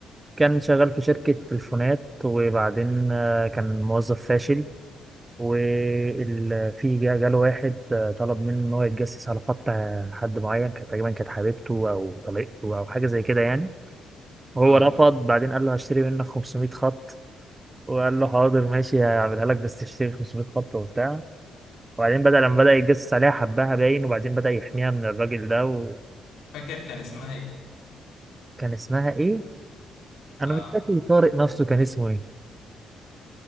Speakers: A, on the right (about 20°); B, on the left (about 80°).
A: كان شغال في شركة تليفونات وبعدين آه، كان موظف فاشل وفي جاله واحد آه، طلب منه ان هو يتجسس على خط آه، حد معين كانت تقريبا كانت حبيبته او طليقته او حاجة زي كده يعني وهو
B: اه
A: رفض بعدين قال له هشتري منك 500 خط وقال له حاضر ماشي هعملها لك بس تشتري 500 خط وبتاع وبعدين بدأ لما بدأ يتجسس عليها حبها باين وبعدين بدأ يحميها من الراجل ده و...
B: فاكر كان اسمها إيه؟
A: كان اسمها ايه انا
B: اه
A: مش فاكر طارق نفسه كان اسمه ايه